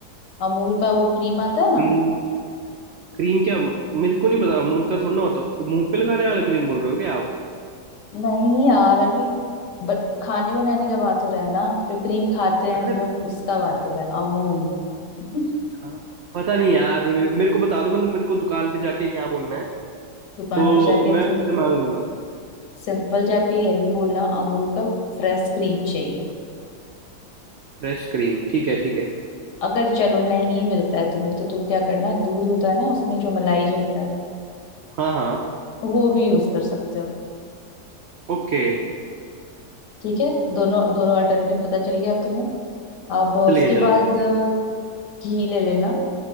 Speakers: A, on the left; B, on the right.
A: अमूल का वो क्रीम आता है ना
B: क्रीम क्रीम क्या मेरे को नहीं पता अमूल का थोड़ा ना होता मुंह पे लगाने वाला क्रीम बोल रहे हो क्या आप
A: नहीं यार अभी ब, खाने बनाने का बात हो रहा है ना जो क्रीम खाते
B: खाने
A: हैं हम लोग उसका बात हो रहा है अमूल <laughs>
B: हाँ, पता नहीं यार मेरे को बता दो मतलब मेरे को दुकान पे जाके क्या बोलना है
A: दुकान
B: तो
A: पे जाके
B: मैं
A: तुम
B: उससे मांग लूंगा
A: सिंपल जाके यही बोलना अमूल का फ्रेश क्रीम चाहिए
B: फ्रेश क्रीम ठीक है ठीक है
A: अगर चलो नहीं मिलता है तुम्हें तो तुम क्या करना दूध होता है ना उसमें जो मलाई जमता है
B: हाँ हाँ
A: वो भी यूज कर सकते हो
B: ओके
A: ठीक है दोनों दोनों अल्टरनेटिव पता चल गया अब तुम्हें अब उसके
B: चल गया चल गया
A: बाद
B: चल
A: अ,
B: गया।
A: घी ले लेना